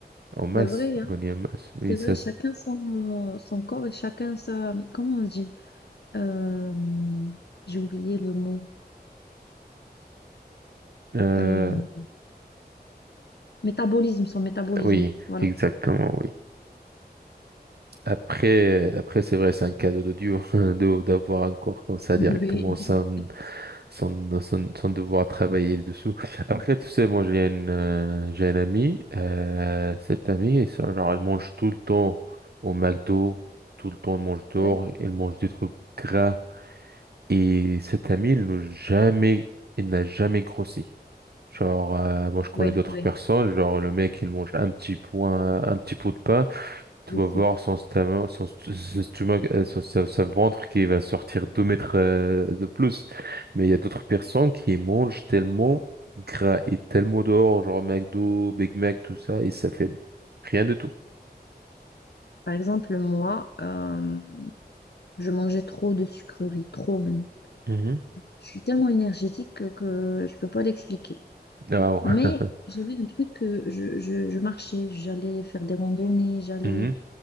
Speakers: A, on the right; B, on the left.
A: en masse,
B: C'est vrai, hein?
A: gagner en masse.
B: C'est
A: Oui, ça,
B: vrai, chacun
A: c'est-
B: son, son corps et chacun sa... Comment on dit? Euh, j'ai oublié le mot.
A: euh,
B: Euh, métabolisme, son métabolisme.
A: oui,
B: Voilà.
A: exactement, oui. Après, après, c'est vrai, c'est un cadeau de Dieu <laughs> de- d'avoir un corps comme ça
B: <laughs>
A: directement
B: Oui,
A: sans, sans, sans, sans devoir travailler dessous. Après, tu sais, moi, j'ai une, euh, j'ai un ami, euh, cette amie, ça, genre, elle mange tout le temps au McDo, tout le temps, elle mange dehors,
B: Oui.
A: elle mange des trucs gras. Et cet ami, il n'a jamais, il n'a jamais grossi. Genre, euh, moi, je connais
B: oui,
A: d'autres
B: oui.
A: personnes, genre, le mec, il mange un petit point, un petit pot de pain, tu
B: Défi.
A: vas voir son stomach, son, st- son stomac, euh, son- sa, sa ventre qui va sortir deux mètres euh, de plus. Mais il y a d'autres personnes qui mangent tellement gras et tellement dehors, genre McDo, Big Mac, tout ça, et ça fait rien du tout.
B: Par exemple, moi, euh, je mangeais trop de sucreries, trop même.
A: Mhm.
B: Je suis tellement énergétique que, que je peux pas l'expliquer.
A: Ah ouais.
B: Mais
A: <laughs>
B: j'avais un truc que je, je, je marchais, j'allais faire des randonnées, j'allais,
A: Mhm.